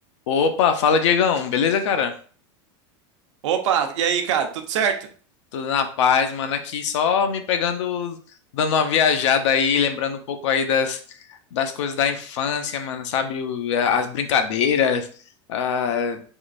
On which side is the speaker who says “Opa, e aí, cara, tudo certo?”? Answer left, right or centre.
Right